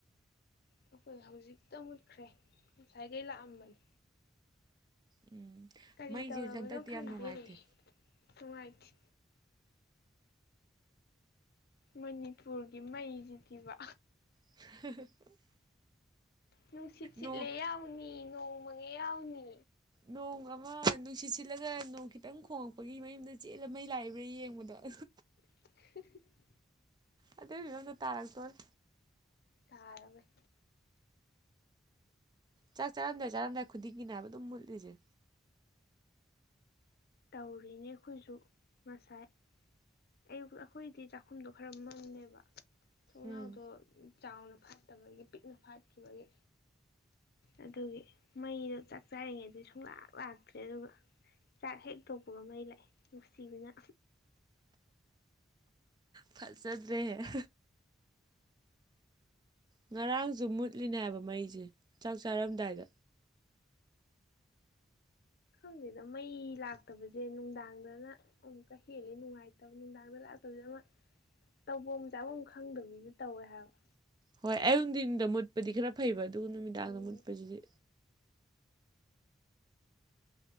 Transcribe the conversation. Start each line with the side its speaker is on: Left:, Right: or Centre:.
Left: ꯑꯩꯈꯣꯏ ꯍꯧꯖꯤꯛꯇ ꯃꯨꯠꯈ꯭ꯔꯦ ꯉꯁꯥꯏꯈꯩ ꯂꯥꯛꯑꯝꯕꯅꯤ
Right: ꯎꯝ
Left: ꯀꯔꯤ
Right: ꯃꯩꯁꯦ
Left: ꯇꯧꯔꯕꯅꯣ
Right: ꯍꯧꯖꯤꯛ ꯍꯟꯗꯛꯇꯤ
Left: ꯈꯪꯗꯦ
Right: ꯌꯥꯝ ꯅꯨꯡꯉꯥꯏꯇꯦ
Left: ꯅꯨꯡꯉꯥꯏꯇꯦ ꯃꯅꯤꯄꯨꯔꯒꯤ ꯃꯩꯁꯤ ꯗꯤꯕ
Right: <unintelligible>
Left: ꯅꯨꯡꯁꯤꯠ ꯁꯤꯠꯂꯦ
Right: ꯅꯣꯡ
Left: ꯌꯥꯎꯅꯤ ꯅꯣꯡ ꯃꯪꯉ‌ꯦ ꯌꯥꯎꯅꯤ
Right: ꯅꯣꯡ ꯑꯃ ꯅꯨꯡꯁꯤꯠ ꯁꯤꯠꯂꯒ ꯅꯣꯡ ꯈꯤꯇꯪ ꯈꯣꯡꯉꯛꯄꯒꯤ ꯃꯌꯨꯝꯗ ꯆꯦꯜꯂ ꯃꯩ ꯂꯥꯛꯏꯕ꯭ꯔꯥ ꯌꯦꯡꯕꯗꯣ <unintelligible>
Left: <unintelligible>
Right: ꯑꯗꯨꯏ ꯐꯤꯚꯝꯗ‌ꯣ ꯇꯥꯔꯛꯇꯣꯔ
Left: ꯇꯥꯔꯃꯦ
Right: ꯆꯥꯛ ꯆꯥꯔꯝꯗꯥꯏ ꯆꯥꯔꯝꯗꯥꯏ ꯈꯨꯗꯤꯡꯒꯤꯅꯦ ꯍꯥꯏꯕ ꯑꯗꯨꯝ ꯃꯨꯠꯂꯤꯁꯦ
Left: ꯇꯧꯔꯤꯅꯦ ꯑꯩꯈꯣꯏꯁꯨ ꯉꯁꯥꯏ ꯑꯌꯨ ꯑꯩꯈꯣꯏꯗꯤ ꯆꯥꯛꯈꯨꯝꯗꯣ ꯈꯔ ꯃꯝꯃ‌ꯦꯕ ꯊꯣꯡꯅꯥꯎꯗꯣ
Right: ꯎꯝ
Left: ꯆꯥꯎꯅ ꯐꯥꯠꯇꯕꯒꯤ ꯄꯤꯛꯅ ꯐꯥꯠꯈꯤꯕꯒꯤ ꯑꯗꯨꯒꯤ ꯃꯩꯗꯣ ꯆꯥꯛ ꯆꯥꯔꯤꯉꯩꯗ ꯁꯨꯡꯂꯥꯛ ꯂꯥꯛꯇ꯭ꯔꯦ ꯑꯗꯨꯒ ꯆꯥꯛ ꯍꯦꯛ ꯇꯣꯛꯄꯒ ꯃꯩ ꯂꯥꯛꯑꯦ ꯅꯨꯡꯁꯤꯕꯅ
Right: ꯐꯖꯗ꯭ꯔ‌ꯦꯍ‌ꯦ ꯉꯔꯥꯡꯖꯨ ꯃꯨꯠꯂꯤꯅꯦ ꯍꯥꯏꯕ ꯃꯩꯁꯦ ꯆꯥꯛ ꯆꯥꯔꯝꯗꯥꯏꯗ
Left: ꯈꯪꯗ‌ꯦꯗ ꯃꯩ ꯂꯥꯛꯇꯕꯁꯦ ꯅꯨꯡꯗꯥꯡꯗꯅ ꯑꯃꯨꯛꯀ ꯍꯦꯜꯂꯤ ꯅꯨꯡꯉꯥꯏꯇꯕ ꯅꯨꯡꯗꯥꯡꯗ ꯂꯥꯛꯇꯕꯗꯁ‌ꯦ ꯑꯃ ꯇꯧꯕꯝ ꯆꯥꯐꯝ ꯈꯪꯗꯕꯤꯁꯨ ꯇꯧꯋꯦ ꯍꯥꯏꯕ
Right: ꯍꯣꯏ ꯑꯩꯌꯨꯛ ꯅꯨꯡꯊꯤꯟꯗ ꯃꯨꯠꯄꯗꯤ ꯈꯔ ꯐꯩꯕ ꯑꯗꯨꯒ ꯅꯨꯃꯤꯗꯥꯡꯗ
Left: ꯎꯝ
Right: ꯃꯨꯠꯄꯁꯤꯗꯤ